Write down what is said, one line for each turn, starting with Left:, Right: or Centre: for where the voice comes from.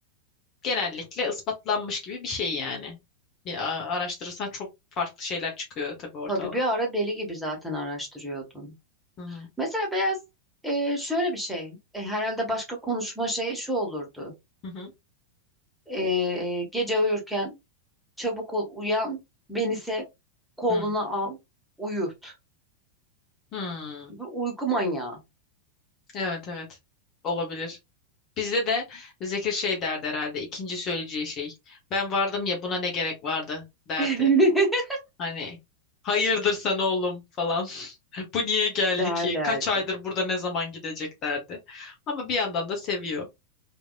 Left: genellikle ispatlanmış gibi bir şey yani. Bir a- araştırırsan çok farklı şeyler çıkıyor tabii ortala.
Centre: Tabii bir ara deli gibi zaten araştırıyordun.
Left: Hı hı.
Centre: Mesela beyaz e, şöyle bir şey. e, herhalde başka konuşma şeyi şu olurdu.
Left: Hı hı.
Centre: E, gece uyurken çabuk ol uyan. Beni sev. Koluna
Left: Hı.
Centre: al. Uyut.
Left: Hı. Hmm.
Centre: Bir uyku manyağı
Left: Evet evet. Olabilir. Bizde de Zekir şey derdi herhalde. ikinci söyleyeceği şey. Ben vardım ya buna ne gerek vardı derdi.
Centre: <laughs>
Left: Hani hayırdır sen oğlum falan. <laughs> Bu niye geldi
Centre: derlerdi.
Left: ki? Kaç aydır burada ne zaman gidecek derdi. Ama bir yandan da seviyor.